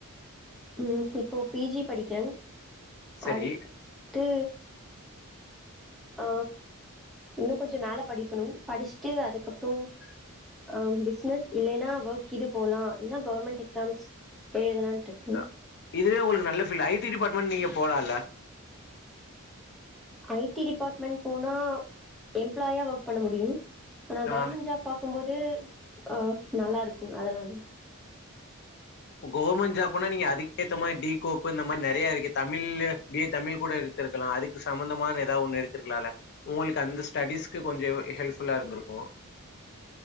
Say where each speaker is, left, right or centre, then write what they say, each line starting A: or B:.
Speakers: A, in the centre; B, on the left.
A: ம் இப்போ பி ஜி படிக்கறங்
B: சரி
A: அடு ட்டு ஆ இன்னு கொஞ்சோ மேல படிக்கணு படிச்சிட்டு அதுக்கப்றோ ஆ பிசினஸ் இல்லைனா ஒர்க் இது போலா இல்லனா கவுர்மெண்ட் எக்ஸாம்ஸ் எழுதலான்ட்டு இருக்கேங்
B: அ இதுவே உங்களுக்கு நல்ல ஃபீல்டு ஐ டி டிபார்ட்மெண்ட் நீங்க போலால்ல
A: ஐ டி டிபார்ட்மெண்ட் போனா எம்ப்ளாயா ஒர்க் பண்ண முடியு ஆனா
B: ஆ
A: கவர்மெண்ட் ஜாப் பாக்கும்போது அ நல்லா இருக்கு அதனாலயே
B: கவர்மெண்ட் ஜாப்னா நீங்க அதுக்கேத்த மாரி டி கோப் இந்த மாரி நெறயா இருக்கு தமிழ் பி ஏ தமிழ் கூட எடுத்ருக்கலா அதுக்கு சம்மந்தமான எதா ஒண்ணு எடுத்துருக்கலால உங்களுக்கு அந்த ஸ்டடிஸ்க்கு கொஞ்சோ ஹெல்ப்ஃபுல்லா இருந்திருக்கு